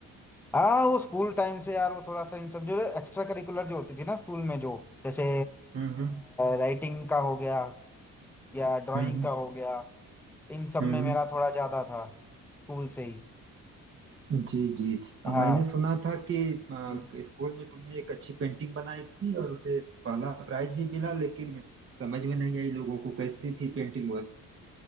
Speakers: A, in the centre; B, on the right (about 40°).
A: हाँ, वो स्कूल टाइम से यार वो थोड़ा सा इन सब जो एक्स्ट्रा करिकुलर जो होती थी ना स्कूल में जो जैसे
B: हम्म हम्म
A: राइटिंग का हो गया या ड्राइंग
B: हम्म
A: का हो गया इन सब
B: हम्म,
A: में मेरा थोड़ा ज्यादा था स्कूल से ही
B: जी, जी।
A: हाँ
B: मैंने सुना था कि अ,
A: हम्म।
B: स्कूल में तुमने एक अच्छी पेंटिंग बनाई थी और उसे पहला प्राइज भी मिला लेकिन समझ में नहीं आई लोगों को कैसी थी पेंटिंग वह